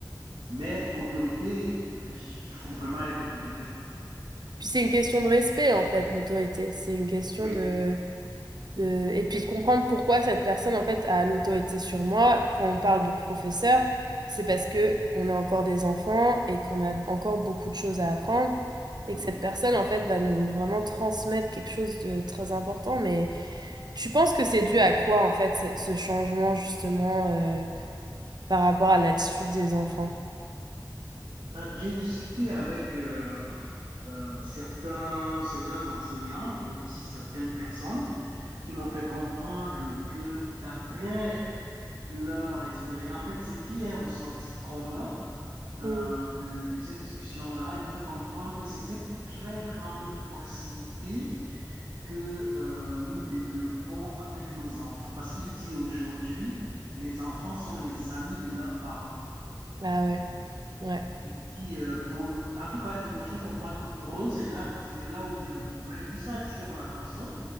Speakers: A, on the right; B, on the right.
A: Mais autorité, oui, il faut vraiment être autoritaire.
B: Puis c'est une question de respect, en fait, l'autorité. C'est une question
A: Oui.
B: de... de- et puis de comprendre pourquoi cette personne, en fait, a l'autorité sur moi. Quand on parle de professeur, c'est parce que on est encore des enfants et qu'on a encore beaucoup de choses à apprendre et
A: Mmh.
B: que cette personne, en fait, va nous vraiment transmettre quelque chose de très important. Mais tu penses que c'est dû à quoi, en fait, ce, ce changement, justement, euh, par rapport à l'attitude des enfants?
A: Euh, j'ai discuté avec euh, euh, certains, certains enseignants et aussi certaines personnes qui m'ont fait comprendre que d'après leur expérience, en fait, ce qui est ressorti commun euh,
B: Mm.
A: de, de ces discussions-là, ils m'ont fait comprendre que c'est cette très grande proximité que euh, nous développons avec nos enfants. Parce qu'il dit aujourd'hui, les enfants sont les amis de leurs parents.
B: Ah ouais, ouais.
A: Il dit, euh, pour, en tout cas, ils m'ont fait comprendre que pour eux, c'est de là, que- c'est de là où vient le problème. Et puis, ça a attiré mon attention.